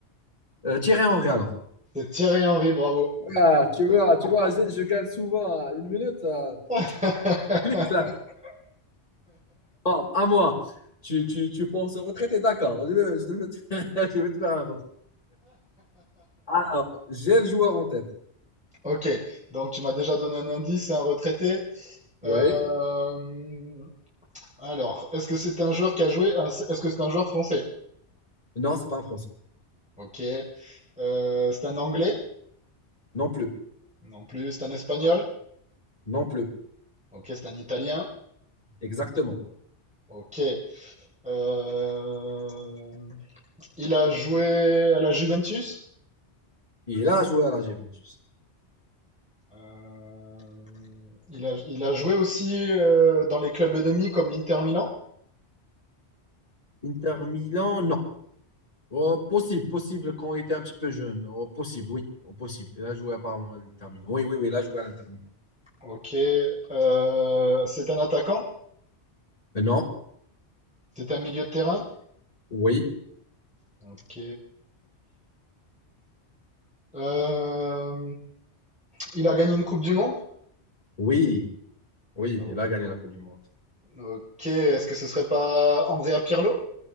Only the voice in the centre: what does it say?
C'est Thierry Henry, bravo.
<laughs>
Ok, donc tu m'as déjà donné un indice, c'est un retraité.
Euh, Alors, est-ce que c'est un joueur qui a joué, est-ce que c'est un joueur français?
Ok. Euh, c'est un anglais?
Non plus. C'est un espagnol?
Ok, c'est un italien.
Ok. Euh, il a joué à la Juventus.
Euh, il a, il a joué aussi euh, dans les clubs ennemis comme l'Inter Milan.
Ok. Euh, c'est un attaquant.
C'est un milieu de terrain.
Ok. Euh, il a gagné une Coupe du Monde.
O-
Ok. Est-ce que ce serait pas Andrea Pirlo?